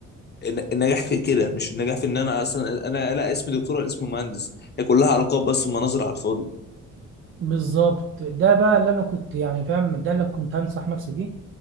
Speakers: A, on the left (about 35°); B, on the right (about 45°).
A: الن- النجاح في كده مش النجاح في ان انا اصلا انا لا اسمي دكتور ولا اسمي مهندس هي كلها القاب بس ومناظر على الفاضي
B: بالظبط ده بقى اللي انا كنت يعني فاهم ده اللي كنت هنصح نفسي بيه